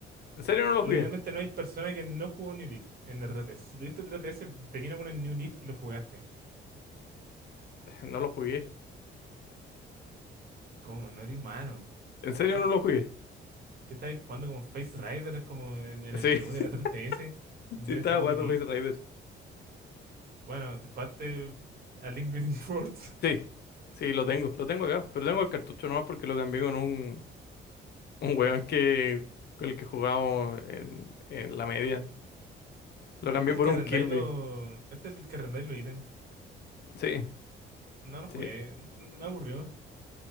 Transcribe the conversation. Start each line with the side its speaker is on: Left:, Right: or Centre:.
Left: ¿En serio no lo
Right: Literalmente
Left: jugué?
Right: no hay persona que no jugó New Leaf en la 3 S. Si tuviste 3 S, te vino con el New Leaf y lo jugaste.
Left: <laughs> No lo jugué.
Right: ¿Cómo? No eres humano.
Left: ¿En serio
Right: ¿Qué,
Left: no lo jugué?
Right: qué estabais jugando como Face Rider, como en, en
Left: Sí,
Right: el menú de la 3 S
Left: <laughs>
Right: en
Left: sí
Right: vez
Left: estaba
Right: de jugar New
Left: jugando
Right: Leaf?
Left: Face Raiders.
Right: Bueno, jugaste a Link Between Worlds.
Left: Sí,
Right: <laughs>
Left: sí, lo tengo, lo tengo acá. Pero tengo el cartucho nomás porque lo cambié con un, un weón que, con el que jugábamos en, en la media. Se lo
Right: Este
Left: cambié
Right: es
Left: por
Right: el que
Left: un
Right: arrendáis
Left: Kirby.
Right: los, este es el que arrendáis los ítems.
Left: Sí,
Right: No lo jugué,
Left: sí.
Right: me aburrió.